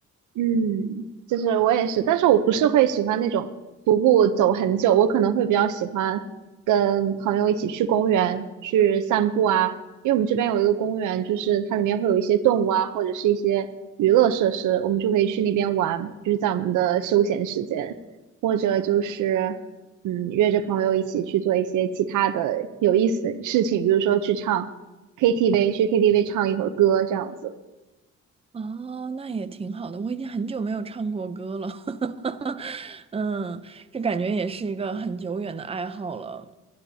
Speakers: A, on the right (about 80°); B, on the right (about 20°).
A: 嗯，就是我也是，但是我不是会喜欢那种徒步走很久，我可能会比较喜欢跟朋友一起去公园去散步啊，因为我们这边有一个公园，就是它里面会有一些动物啊，或者是一些娱乐设施，我们就可以去那边玩，就是在我们的休闲时间，或者就是嗯约着朋友一起去做一些其他的有意思的事情，比如说去唱 KTV，去 KTV 唱一会儿歌这样子。
B: 哦，那也挺好的，我已经很久没有唱过歌了，<laughs> 嗯，这感觉也是一个很久远的爱好了。